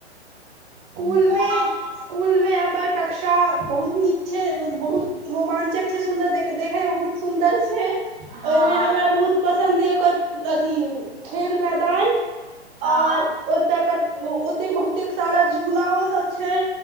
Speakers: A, on the right; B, on the right.
A: स्कूल मे स्कूल मे हमर कक्षा बहुत नीक छै मतलब बहुत रोमांचक छै सुन्दर देख देखे मे बहुत सुन्दर छै ओहिमे
B: हँ और
A: हमरा बहुत पसन्द अइ ओकर अथी खेल मैदान और
B: हँ
A: ओतक ओते बहुतेक सारा झूलाओ सब छै